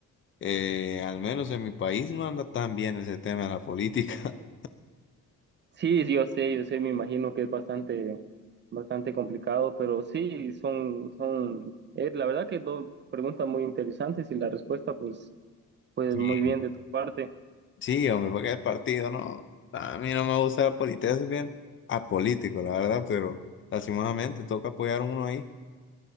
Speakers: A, on the left (about 40°); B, on the right (about 35°).
A: eh, al menos en mi país no anda tan bien ese tema de la política. <laughs>
B: Sí, yo sé, yo sé, me imagino que es bastante, bastante complicado, pero sí, son, son, eh, la verdad que dos preguntas muy interesantes y la respuesta, pues, pues
A: Sí,
B: muy bien de tu parte.
A: sí, hombre, porque el partido no, a mí no me gusta la política, es bien apolítico, la verdad, pero lastimosamente toca apoyar uno ahí.